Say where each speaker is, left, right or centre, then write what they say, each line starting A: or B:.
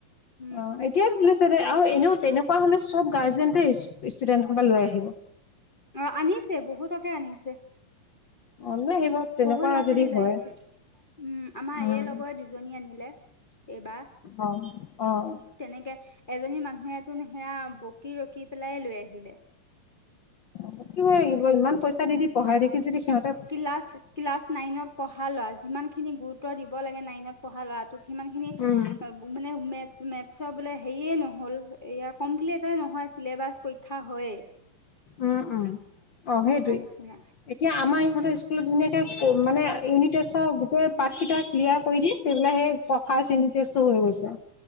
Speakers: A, on the left; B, on the left.
A: উম
B: অ'। এতিয়াই ভালছে আৰু এনেও তেনেকুৱা হ'লে চব গাৰ্জেন ষ্টুডেণ্টৰ সোপা লৈ আহিব।
A: অ' আনিছেই বহুতকে আনিছে।
B: অ' লৈ আহিব। তেনেকুৱা
A: বহুত ল'ৰা
B: যদি
A: ছোৱালী লৈ
B: হয়
A: আহিছে, উম, আমাৰ
B: উম
A: এই লগৰে দুজনী আনিলে। এইবাৰ
B: অ', অ'।
A: তেনেকে, এজনী মানুহ তো সেইয়া বকি ৰকি পেলাই লৈ আহিলে।
B: বকিবই লাগিব, ইমান পইচা দি দি পঢ়াই থাকি যদি সিহঁতে
A: কিলাচ ক্লাছ নাইনত পঢ়া ল'ৰা, যিমান খিনি গুৰুত্ব দিব লাগে নাইনত পঢ়া ল'ৰাটোক সিমান খিনি অ
B: উম
A: মানে মে মেথছৰ বোলে হেৰিয়ে নহ'ল এইয়া কমপ্লিটেই নহয় চিলেবাছ পৰীক্ষা হয়য়েই।
B: উম, উম অ'
A: তেনেকুৱা
B: সেইটোৱেই।
A: নিচিনা
B: এতিয়া আমাৰ ইহঁতৰ স্কুলত ধুনীয়াকৈ মানে ইউনিট টেষ্টৰ গোটেই পাৰ্টকেইটা ক্লিয়াৰ কৰি দিয়ে। দি পেলাই সেই ফাৰ্ষ্ট ইউনিট টেষ্টো হৈ গৈছে।